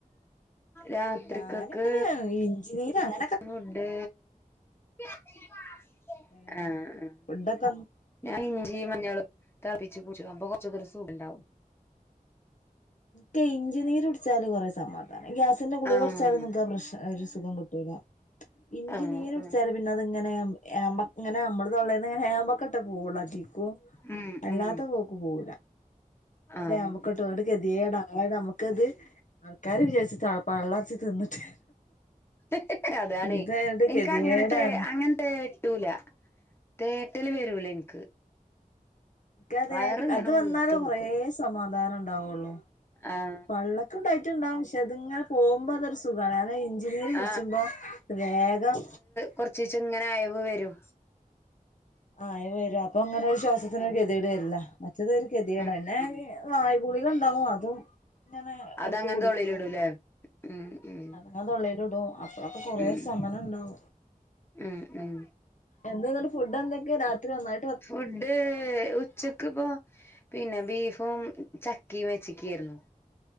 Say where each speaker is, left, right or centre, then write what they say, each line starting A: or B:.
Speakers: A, on the left (about 15°); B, on the left (about 60°).
A: രാത്രിക്കക്ക്
B: ഞാനിങ്ങനെ ഇഞ്ചിനീരങ്ങനെ
A: ഫുഡ് ആഹ്
B: അങ്ങനെ
A: ആഹ്
B: <unintelligible>
A: ഞ ഇഞ്ചിയിം മഞ്ഞളും തെളപ്പിച്ച് കൂച്ചുമ്പൊ കൊറച്ചോസൊരു സുഖണ്ടാവും.
B: ക്ക് ഇഞ്ചിനീര് കുടിച്ചാല് കൊറേ സമാധാനം ഗ്യാസിന്റെ ഗുളികാടിച്ചാലും
A: ആഹ്
B: നിങ്ങക്ക് ആ പ്രശ്നം ഒരു സുഖം കിട്ടു <unintelligible> ഇഞ്ചിനീരുടിച്ചാലും
A: ആഹ് ആഹ്
B: പിന്നെ അതിങ്ങനെ എമ്പ് ഏമ്പക്കം ഇങ്ങനെ നമ്മള് തൊള്ളന്ന്ങ്ങനെ ഏമ്പക്കൊട്ടെ പോവൊള്ളൂ <unintelligible>
A: ഉം
B: അല്ലാത്ത
A: ഉം
B: പോക്ക് പോവൂല്ല
A: ആഹ്
B: ഏമ്പക്കം ഇട്ടപാട് ഗതിയേട ആല്ലേ നമുക്കത് ആൾക്കാര് വിചാരിച്ചിട്ടാ പള്ളർച് തിന്നിട്ട്
A: <unintelligible> അതാണ്
B: ഇതായോണ്ട്
A: എൻക്ക്
B: ഗതികേടാണ്
A: അങ്ങനത്തെ ങ്ങനെ തേട്ടൂല തേട്ടല് വരൂല്ലെനിക്ക്
B: ക്ക് തേ
A: വയറ് ഇങ്ങനെ
B: അത് വന്നാല
A: വീർത്ത്
B: കൊറേ
A: നിക്കും
B: സമാധാനം ഉണ്ടാവൊള്ളു.
A: ആഹ്
B: പള്ളക്കും ടൈറ്റ്ണ്ടാകും പക്ഷെ അതിങ്ങനെ പോക്മ്പോ അതൊരു സുഖാണ് അതാ ഇഞ്ചിനീര് കുടിച്ചപ്പോ
A: ആഹ്
B: വേഗം
A: കൊറച്ചീച്ചങ്ങനെ അയവ് വരും.
B: ആഹ് അയവ് വരും. അപ്പൊങ്ങനെ ശ്വാസത്തിനൊരു
A: ഉം
B: ഗതികേട് വരൂല്ല മറ്റത് ഒരു ഗതികേടാല്ലേ
A: ഉം ഉം
B: വായ്ഗുളിക ഉണ്ടാവും അതും ഞാൻ
A: അതങ്ങനെ
B: എടക്ക് കുടിക്കും
A: തൊള്ളിലിടൂലേ ഉം ഉം
B: ഞാൻ തോള്ളെൽ ഇടും അപ്പഴൊക്കെ കൊറേ
A: ഉം
B: സമനം ഇണ്ടാവും.
A: ഉം ഉം
B: എന്ത എന്നിട്ട് ഫുഡ് എന്തൊക്കെയ രാത്രി നന്നായി
A: ഫുഡ്ഡ് ഉച്ച ക്ക്‌ ഇപ്പോ പിന്നെ ബീഫും ചക്കിം വെച്ച്ക്കേയിരുന്നു